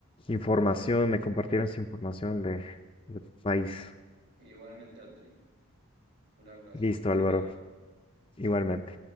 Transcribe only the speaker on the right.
igualmente, Antri. Un abrazo.
Que estés
bien.